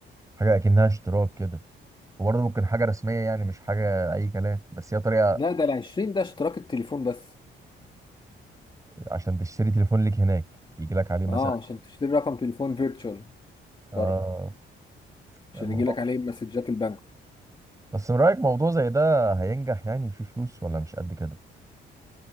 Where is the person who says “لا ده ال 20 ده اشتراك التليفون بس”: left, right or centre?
Left